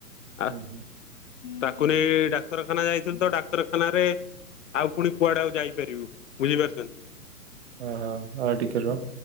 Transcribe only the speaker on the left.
ଆ
ତାକୁ ନେଇ ଡାକ୍ତରଖାନା ଯାଇ ଡାକ୍ତରଖାନ ରେ ଆଉ ପୁଣି କୁଆଡେଆଉ ଯାଇପାରିବୁ ବୁଝିପାରୁଛନ୍ତି,